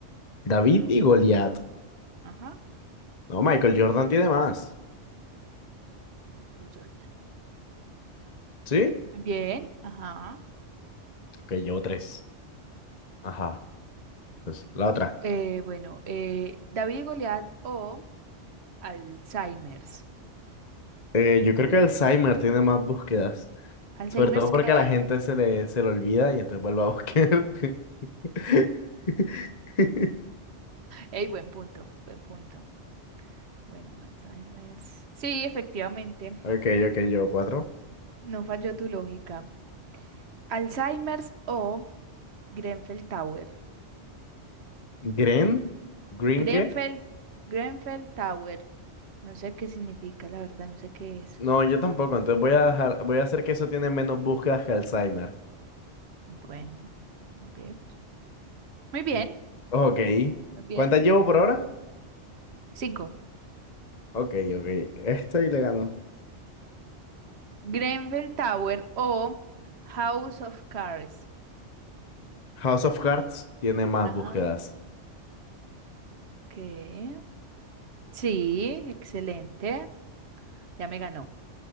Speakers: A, on the left; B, on the right.
A: David y Goliat.
B: Ajá.
A: No, Michael Jordan tiene más.
B: Michael Jordan.
A: ¿Sí?
B: Muy bien, ajá.
A: Ok, llevo tres. Ajá. Entonces, la otra.
B: Eh, bueno, eh, David y Goliat o Alzheimer's.
A: Eh, yo creo que Alzheimer tiene más búsquedas.
B: Alzheimer's
A: Sobre todo porque
B: que...
A: a la gente se le, se le olvida y entonces vuelve a <laughs> buscar. <laughs>
B: Ey, buen punto, buen punto. Bueno, Alzheimer's. Sí, efectivamente,
A: Ok, ok, yo cuatro.
B: no falló tu lógica. Alzheimer's o Grenfell Tower.
A: Green, Green
B: Grenfell,
A: qué?
B: Grenfell Tower. No sé qué significa, la verdad, no sé qué es.
A: No, yo tampoco. Entonces voy a dejar, voy a hacer que eso tiene menos búsquedas que Alzheimer.
B: Bueno, a ver. Muy bien,
A: Di- Ok.
B: muy bien.
A: ¿Cuántas llevo por ahora?
B: Cinco.
A: Ok, ok. Esta y le ganó.
B: Grenfell Tower o House of Cards.
A: House of Cards tiene más
B: Ajá,
A: búsquedas.
B: ¿qué? Sí, excelente. Ya me ganó.